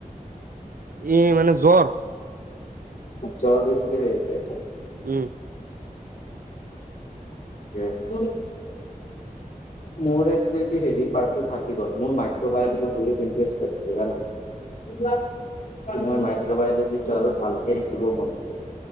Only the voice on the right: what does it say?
ই মানে জ্বৰ
উম